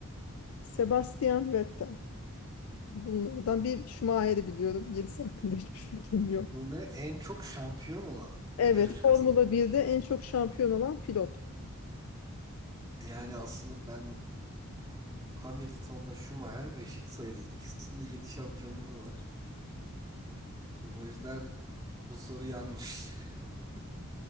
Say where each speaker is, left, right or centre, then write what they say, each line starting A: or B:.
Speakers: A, on the left (about 75°); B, on the right (about 20°).
A: Sebastian Vettel. Bunlardan bir Schumacher'i biliyorum. Gerisi hakkında hiçbir fikrim yok.
B: Bu ne? En çok şampiyon olan mı?
A: Evet,
B: Yarış kazan.
A: Formula 1'de en çok şampiyon olan pilot.
B: Yani aslında ben Hamilton'la Schumacher eşit sayıda. İkisinin de 7 şampiyonluğu var. O yüzden bu soru yanlış. <laughs>